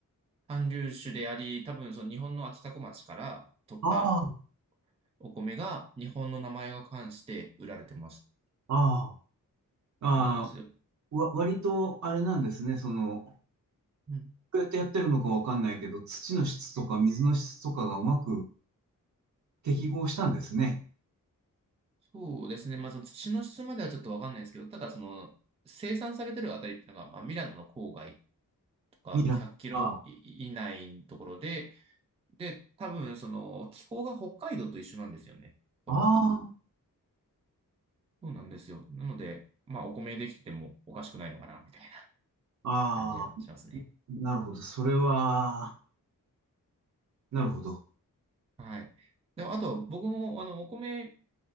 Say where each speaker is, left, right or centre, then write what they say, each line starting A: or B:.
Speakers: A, on the right; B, on the right.
A: 韓流種であり、多分、その日本の秋田小町から取った、
B: ああ、
A: お米が日本の名前が冠して売られてます。
B: ああ、
A: そうなんですよ。
B: ああ、わ、割とあれなんですね。その、
A: うん。
B: どうやってやってるのかわかんないけど、土の質とか水の質とかがうまく適合したんですね。
A: そうですね。まあ、その土の質まではちょっとわかんないですけど、ただその生産されてるあたりっていうのが、まあ、ミラノの郊外とか100キロ以内のところで、
B: ミラあ
A: で、多分その気候が北海道と一緒なんですよね。ほぼ。
B: あ、あ
A: そうなんですよ。なので、まあお米できててもおかしくないのかな、みたいな
B: あ、
A: 感じがしますね。
B: ああ、なるほど。それは、なるほど。
A: はい。で、あと僕もあのお米